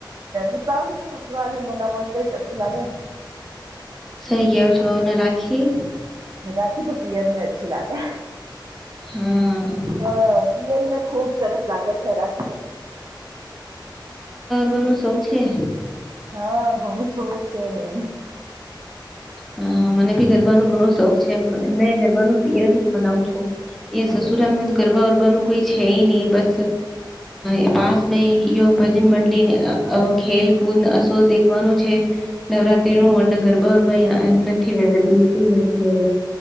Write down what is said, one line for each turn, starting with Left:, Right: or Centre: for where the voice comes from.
Right: એ તાવલી તો સસુરાલ મનાવા તો અછી લાગે ને.
Centre: સહી ગયો છો ને રાખી?
Right: રાખી તો પિયર મે અચછી લાગે
Centre: હા
Right: અ પિયર મેંતો ખુબ સરસ લાગે છે, રાખી તો,
Centre: કોનો શોખ છે?
Right: હા ઘણું શોખ છે, બેન.
Centre: હ મને. <inaudible> પિયર બનું ઘણો શોખ છે, મે ગરબા નું પિયરી બનાવુ છું. એ
Right: હમ.
Centre: સસુરાલ મે ગરબા વર બાનું કોઈ છે, નહીં બસ અ પાસ મે યો ભજન મંડળલી ખેલ. શો દેખવાનું છે, નવરાત્રી નું વર્ણ. ગરબા ગરબા નથી વ્યા બિલકુલ નથી, વ્યા